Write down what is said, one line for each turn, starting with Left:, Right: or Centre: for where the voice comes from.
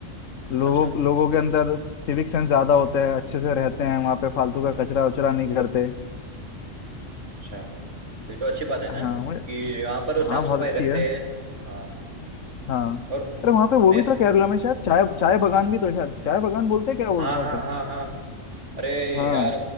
Left: लोगों
Right: अच्छा
Left: लोगों के अंदर सिविक सेंस ज्यादा होता है अच्छे से रहते हैं वहाँ पे फालतू का कचरा उचरा नहीं करते
Right: अच्छा ये तो अच्छी बात है ना
Left: हाँ वो-
Right: कि यहाँ पर साफ
Left: हाँ बहुत
Right: सफाई
Left: अच्छी
Right: रखते
Left: है
Right: हैं हाँ
Left: हाँ
Right: और
Left: अरे वहाँ पे वो
Right: मैं
Left: भी तो है केरला में शायद चाय चाय बगान भी तो है शायद चाय बगान बोलते हैं क्या बोलते
Right: हाँ
Left: हैं
Right: हाँ
Left: उसे
Right: हाँ हाँ अरे
Left: हाँ
Right: यार